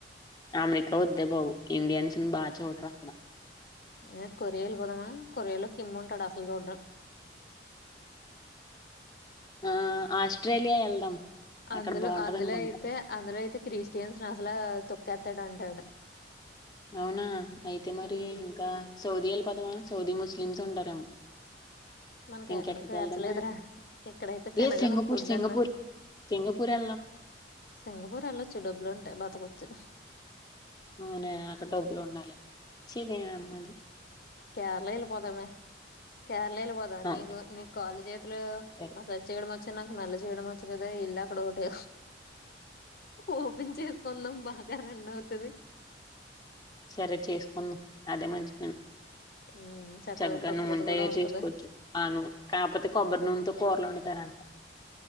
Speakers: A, on the left; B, on the left.
A: అమెరికా వద్దే బాబు ఇండియన్స్ ని బాగా చూడరు అంట.
B: ఏ కొరియాలు పోదామా కొరియా లో కింగ్ ఉంటాడు అసలు చూడ్డం
A: ఆ ఆస్ట్రేలియా వెళ్దాం
B: అందులో
A: అక్కడ బాగుంటది
B: అందులో
A: అనుకుంటా
B: అయితే అందులో అయితే క్రిస్టియన్స్ అసలే తొ కతడు అంటాడు.
A: అవునా అయితే మరి
B: ఉమ్
A: ఇంకా సౌదీ వెళ్ళిపోదమా, సౌదీ లో ముస్లిమ్స్ ఉంటారేమో.
B: మనకి
A: ఇంకెక్కడికి
B: ఎక్కడ స్వేచ్ఛ
A: వెళ్దామా?
B: లేదురా ఇక్కడైతే తినగలం
A: ఏ సింగపూర్
B: ఫుడ్
A: సింగపూర్.
B: అన్నా
A: సింగపూర్. ఆ
B: సింగపూర్ వెళ్ళొచ్చు డబ్బులు ఉంటే బతకొచ్చు.
A: అవునే అక్కడ డబ్బులు ఉండాలి చీ నీయమ్మ
B: కేరళ వెళ్ళిపోదామే కేరళ వెళ్ళిపోదాము
A: ఆ,
B: నీకు నీకు కాళ్ళు, చేతులు
A: క్యారెక్టర్
B: మసాజ్ చేయడం వచ్చా. నాకు నల్ చేయడం వచ్చు కదా వెళ్లి అక్కడ ఒకటే ఓపెన్ చేసుకుందాం బాగా రన్ అవుతాది.
A: సరే చేసుకుందాం అదే మంచిపని.
B: ఉమ్
A: చక్కగా
B: ప్రకృతి
A: నూనె తయారు
B: కూడా ఉంటది
A: చేసుకోవచ్చు ఆ నూనె కాకపోతే కొబ్బరి నూనెతో కూర్లు వండుతారంట.